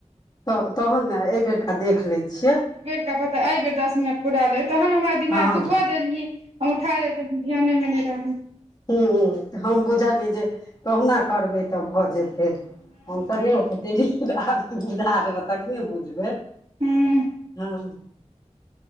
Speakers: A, on the left; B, on the right.
A: तऽ तहन ने एहिबेरका देख लैत छियै
B: किये पता एहि बेर दस मिनट पुराले तहन हमरा दिमाग
A: हँ
B: तू कऽ देलही हम उठा ले ध्याने मे नहि रहलै
A: ह्म तऽ हम बुझलियै जे कहुना करबै तऽ भऽ जेतै हम तऽ नहि ओ ते आब तू बुझा देबह तखने बुझबै
B: ह
A: हँ